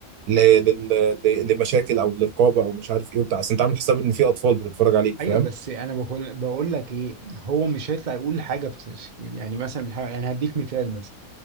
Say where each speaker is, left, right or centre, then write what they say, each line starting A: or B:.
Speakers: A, on the right (about 80°); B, on the right (about 40°).
A: لل... لل... ل- لمشاكل او لرقابه او مش عارف ايه وبتاع بس انت عامل حساب ان في اطفال بتتفرج عليك فاهم
B: ايوه بس انا بقول بقول لك ايه هو مش هيطلع يقول حاجه بتش... يعني مثلا مش حاجة- يعني هديك مثال مثلا